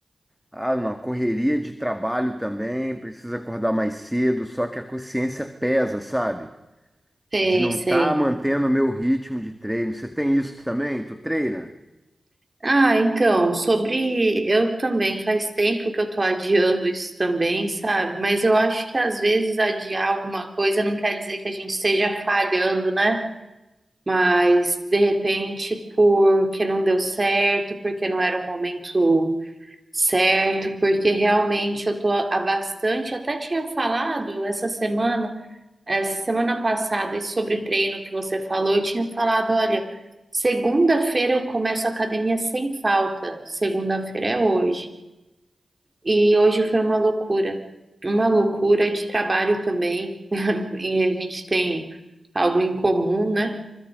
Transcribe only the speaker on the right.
Sei,
sei.
Ah, então, sobre. Eu também, faz tempo que eu tô adiando isso também, sabe? Mas eu acho que às vezes adiar alguma coisa não quer dizer que a gente esteja falhando, né? Mas de repente, porque não deu certo, porque não era o momento certo, porque realmente eu tô há bastante. Até tinha falado essa semana. É, semana passada, e sobre treino que você falou, eu tinha falado, olha, segunda-feira eu começo a academia sem falta. Segunda-feira é hoje. E hoje foi uma loucura. Uma loucura de trabalho também. <laughs> E a gente tem algo em comum, né?